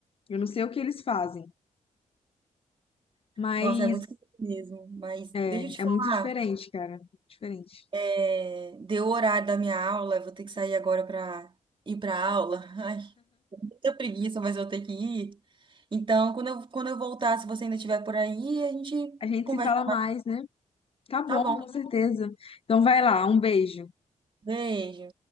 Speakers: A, on the left; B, on the right.
A: Eu não sei o que eles fazem, mas
B: Nossa, é muito gostoso mesmo. Mas
A: é,
B: deixa eu te
A: é
B: falar.
A: muito diferente, cara. Diferente.
B: é, deu o horário da minha aula, eu vou ter que sair agora para ir para aula. <laughs> Ai, tô com muita preguiça, mas vou ter que ir. Então, quando eu, quando eu voltar, se você ainda estiver por aí, a gente
A: A gente
B: conversa.
A: se fala mais, né? Tá bom,
B: Tá bom.
A: com certeza. Então vai lá, um beijo.
B: Beijo.